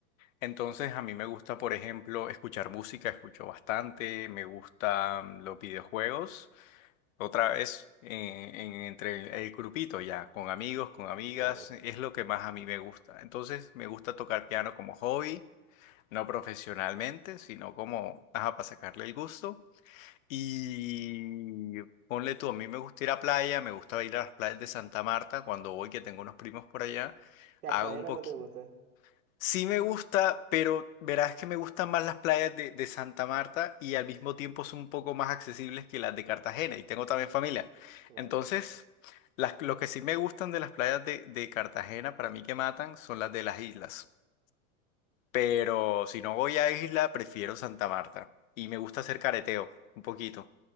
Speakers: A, on the left; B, on the right.
A: Entonces a mí me gusta, por ejemplo, escuchar música, escucho bastante, me gustan los videojuegos. Otra vez, eh, en- entre el, el grupito ya, con amigos, con amigas,
B: claro.
A: es lo que más a mí me gusta. Entonces me gusta tocar piano como hobby, no profesionalmente, sino como, ajá, para sacarle el gusto. Y ponle tú, a mí me gusta ir a playa, me gusta ir a las playas de Santa Marta cuando voy, que tengo unos primos por allá.
B: Cartagena
A: Hago un poquito.
B: no te gusta.
A: Sí me gusta, pero verás que me gustan más las playas de, de Santa Marta y al mismo tiempo son un poco más accesibles que las de Cartagena y tengo también familia.
B: Claro.
A: Entonces, las, lo que sí me gustan de las playas de, de Cartagena para mí que matan son las de las islas. Pero si no voy a isla, prefiero Santa Marta y me gusta hacer careteo un poquito.